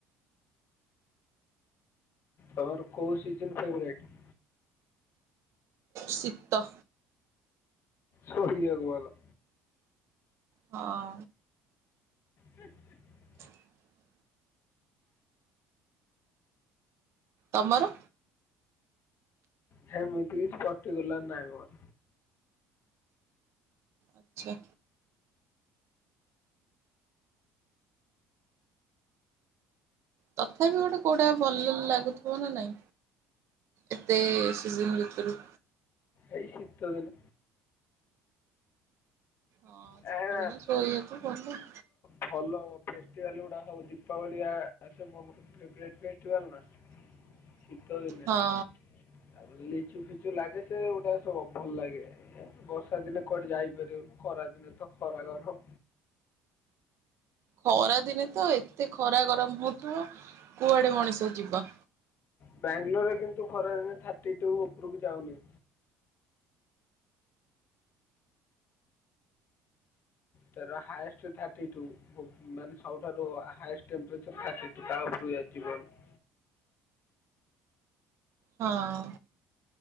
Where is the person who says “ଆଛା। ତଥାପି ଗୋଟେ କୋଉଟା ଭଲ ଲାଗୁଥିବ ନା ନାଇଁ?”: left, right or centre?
Right